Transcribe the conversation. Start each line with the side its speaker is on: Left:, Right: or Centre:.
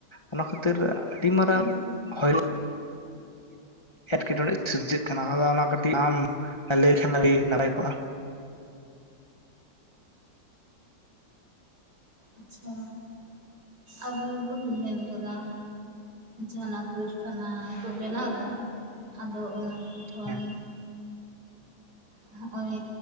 Left: ᱚᱱᱟ ᱠᱷᱟᱹᱛᱤᱨ ᱟᱹᱰᱤ ᱢᱟᱨᱟᱝ
Right: ᱦᱩᱸ
Left: ᱦᱚᱭᱚ ᱮᱴᱠᱮᱴᱚᱬᱮ ᱥᱤᱨᱡᱟᱹᱜ ᱠᱟᱱᱟ ᱟᱫᱚ ᱚᱱᱟ ᱠᱟᱹᱴᱤᱡ ᱟᱢ ᱞᱟᱹᱭ ᱞᱮᱠᱷᱟᱱ ᱟᱹᱰᱤ ᱱᱟᱯᱟᱭ ᱠᱚᱜᱼᱟ
Right: ᱟᱪᱪᱷᱟ ᱟᱵᱚ ᱵᱚᱱ ᱧᱮᱞ ᱠᱟᱫᱟ ᱡᱟᱦᱟᱱᱟᱜ ᱠᱟᱹᱨᱠᱷᱟᱱᱟ ᱠᱚ ᱵᱮᱱᱟᱣᱫᱟ ᱟᱫᱚ ᱚᱱᱟ ᱠᱚ ᱠᱷᱚᱱ
Left: ᱦᱮᱸ
Right: ᱱᱚᱜᱼᱚᱭ